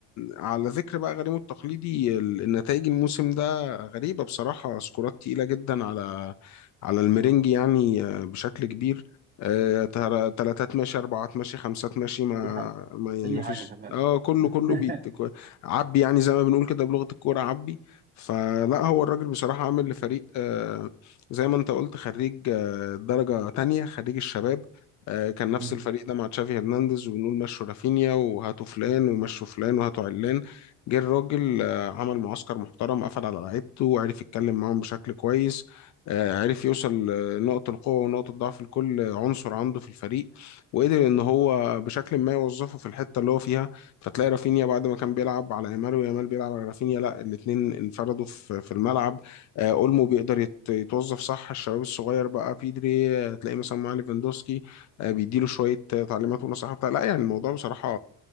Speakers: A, on the left (about 55°); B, on the right (about 25°).
A: على ذكر بقى غريم التقليدي النتائج الموسم ده غريبه بصراحه سكورات تقيله جدا على على الميرينج يعني آه، بشكل كبير آه، ترى تلاتات ماشي اربعات ماشي خمسات ماشي ما,
B: اي حاجه
A: ما يعني
B: اي
A: ما فيش
B: حاجه شغاله
A: اه كله كله
B: <laughs>
A: بيت كو- عبي يعني زي ما بنقول كده بلغه الكوره عبي فلا هو الراجل بصراحه عامل لفريق آه، زي ما انت قلت خريج آه، درجه تانية خريج الشباب آه، كان نفس
B: مم.
A: الفريق ده مع تشافي هرنانديز وبنقول مشوا رافينيا وهاتوا فلان ومشوا فلان وهاتوا علان جه الراجل آه، عمل معسكر محترم قفل على لعيبته وعرف يتكلم معاهم بشكل كويس آه، عرف يوصل آه، نقط القوة ونقط الضعف لكل عنصر عنده في الفريق وقدر ان هو بشكل ما يوظفه في الحتة اللي هو فيها فتلاقي رافينيا بعد ما كان بيلعب على يامال ويامال بيلعب على رافينيا لا الاتنين انفردوا في في الملعب آه، اولمو بيقدر يت- يتوظف صح الشباب الصغير بقى بيدري آه، تلاقيه مثلا مع ليفاندوسكي آه، بيديله شويه آه، تعليمات ونصائح بتاع لا يعني الموضوع بصراحه